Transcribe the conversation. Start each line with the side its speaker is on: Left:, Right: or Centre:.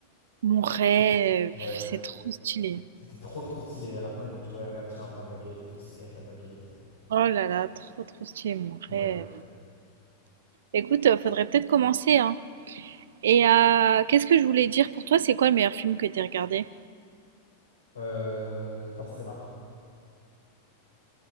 Right: Mon rêve,
Left: Ouais.
Right: c'est trop stylé.
Left: C'était trop, trop stylé. À la fin, ils l'ont dit, ouais, regarde, tiens, ta baguette et tout. C'est elle, ta baguette.
Right: Oh là là, trop, trop stylé, mon
Left: Ouais.
Right: rêve. Écoute, euh, faudrait peut-être commencer, hein. Et euh, qu'est-ce que je voulais dire pour toi, c'est quoi le meilleur film que t'aies regardé?
Left: Euh, Interstellar.